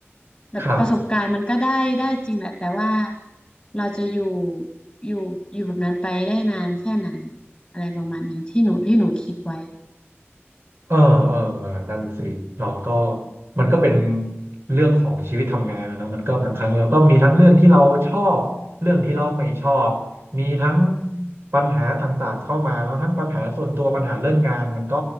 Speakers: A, on the left; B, on the right.
A: แบบประสบการณ์มันก็ได้ได้จริงแหละแต่ว่า
B: <laughs> ครับ
A: เราจะอยู่อยู่อยู่แบบนั้นไปได้นานแค่ไหนอะไรประมาณนี้ที่หนูที่หนูคิดไว้
B: เออเออเออนั่นสิเราก็มันก็เป็นเรื่องของชีวิตทำงานนะเนอะมันก็บางครั้งเราก็มีทั้งเรื่องที่เราชอบเรื่องที่เราไม่ชอบมีทั้งปัญหาต่างๆเข้ามาแล้วทั้งปัญหาส่วนตัวปัญหาเรื่องงานมันก็